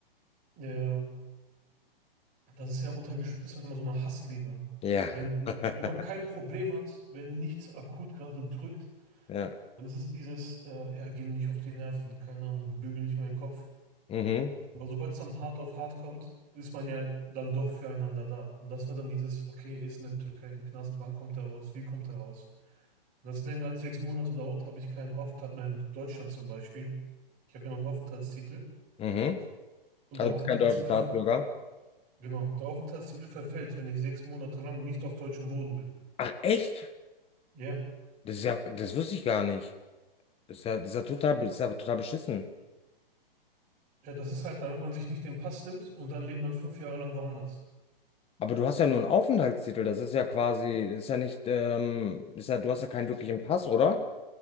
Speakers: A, on the right (about 30°); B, on the left (about 20°).
A: Ja, das ist ja unter Geschwistern immer so eine Hassliebe.
B: Ja.
A: Wenn,
B: <laughs>
A: wenn man kein Problem hat, wenn nichts akut gerade drückt,
B: Ja.
A: dann ist es dieses, äh, ja, geh mir nicht auf die Nerven, keine Ahnung, bügel nicht meinen Kopf.
B: Mhm.
A: Aber sobald es dann hart auf hart kommt, ist man ja dann doch füreinander da. Und das war dann dieses, okay, er ist in der Türkei im Knast, wann kommt er raus, wie kommt er raus? Wenn das länger als sechs Monate dauert, habe ich keinen Aufenthalt mehr in Deutschland zum Beispiel. Ich habe ja noch einen Aufenthaltstitel.
B: Mhm.
A: Und
B: Also,
A: der Aufenthaltstitel,
B: du bist kein deutscher Staatsbürger.
A: ver- genau, der Aufenthaltstitel verfällt, wenn ich sechs Monate lang nicht auf deutschem Boden bin.
B: Ach, echt?
A: Ja,
B: Das ist ja, das wusste ich gar nicht. Das ist ja, das ist ja total, das ist ja total beschissen.
A: ja, das ist halt, damit man sich nicht den Pass nimmt und dann lebt man fünf Jahre lang woanders.
B: Aber du hast ja nur einen Aufenthaltstitel. Das ist ja quasi, das ist ja nicht, ähm, das ist ja, du hast ja keinen wirklichen Pass, oder?